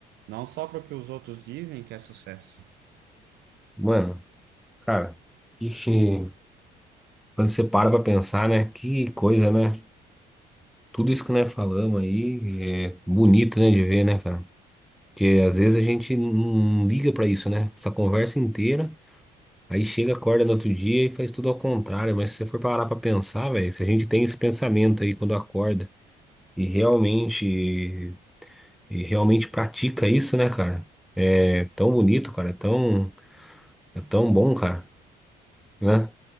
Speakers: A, on the right (about 80°); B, in the centre.
A: Não só para o que os outros dizem que é sucesso.
B: Mano, cara, que, que- quando você para pra pensar, né? Que coisa, né? Tudo isso que nós falamos aí é bonito, né, de ver, né, cara? Porque às vezes a gente não liga pra isso, né? Essa conversa inteira, aí chega, acorda no outro dia e faz tudo ao contrário. Mas se você for parar pra pensar, velho, se a gente tem esse pensamento aí quando acorda e realmente, e realmente pratica isso, né, cara? É tão bonito, cara, é tão. É tão bom, cara, né?